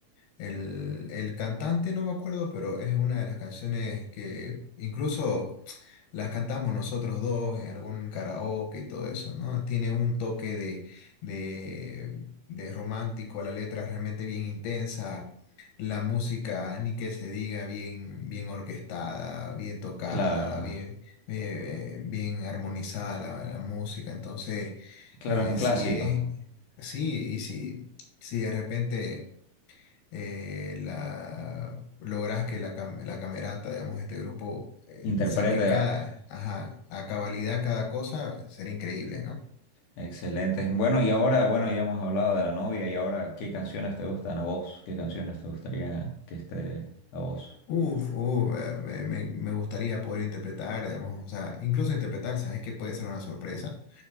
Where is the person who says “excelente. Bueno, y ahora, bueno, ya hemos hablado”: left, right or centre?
Left